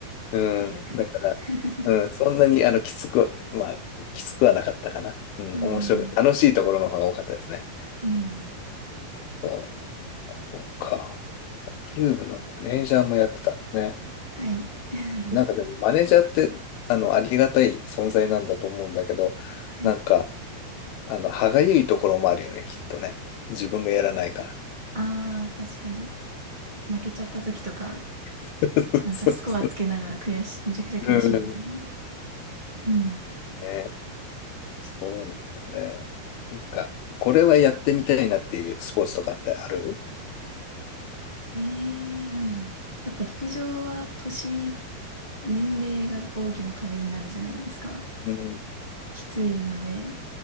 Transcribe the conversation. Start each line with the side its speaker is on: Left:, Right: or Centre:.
Left: うん。
Right: 体力で。
Left: だから、
Right: <laughs>
Left: うん、そんなに、あの、きつく、まあ、きつくはなかったかな。うん、
Right: ああ、
Left: 面白く、楽しいところの方が多かったですね。
Right: うん。
Left: そう。そうか。キューブのマネージャーもやってたんだね。
Right: はい。<laughs>
Left: なんかでも、マネージャーって、あの、ありがたい存在なんだと思うんだけど、
Right: はい。
Left: なんか、あの、歯がゆいところもあるよね、きっとね。自分がやらないから。
Right: ああ、確かに。負けちゃった時とか、
Left: <laughs>
Right: なんかスコアつけながら悔しい、
Left: そうそう。
Right: めちゃくちゃ悔しいですもんね。
Left: うん。
Right: うん。
Left: ね、そうなんだね。なんか、これはやってみたいなっていうスポーツとかってある
Right: ええー、なんだろう。やっぱ陸上は年、年齢が大きな壁になるじゃないですか。
Left: うん、
Right: きついので、